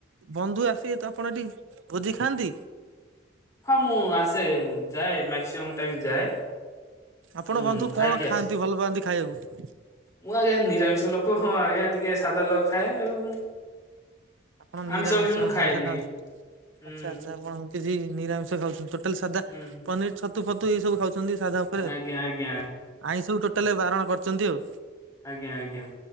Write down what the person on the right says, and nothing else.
ବନ୍ଧୁ ଆସିବେ ତ ଆପଣ ଏଠି ଭୋଜି ଖାଆନ୍ତି।
ଆପଣ
ବନ୍ଧୁ
କଣ ଖାଆନ୍ତି
ଭଲ ପାଆନ୍ତି ଖାଇଆକୁ?
ଆପଣ ନିରାମିଷ
ସାଦା ଖାଆନ୍ତି
ଆଚ୍ଛା ଆଚ୍ଛା ଆପଣ କିଛି ନିରାମିଷ ଖାଉଛନ୍ତି ଟୋଟାଲ ସାଧା
ପନିର ଛତୁ ଫତୁ ଏଇ ସବୁ ଖାଉଛନ୍ତି। ସାଧା ଉପରେ
ଆଇଁଷ କୁ ଟୋଟାଲ ବାରଣ କରିଛନ୍ତି ଆଉ।